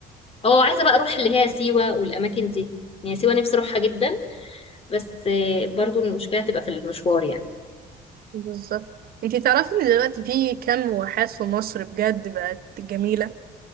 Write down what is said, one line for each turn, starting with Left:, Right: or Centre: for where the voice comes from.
Left: اه عايزه بقى اروح اللي هي سيوه والاماكن دي يعني سيوه نفسي اروحها جدا بس آه، برضو المشكله هتبقى في المشوار يعني
Right: بالظبط انتي تعرفي ان دلوقتي في كام واحات في مصر بجد بقت جميلة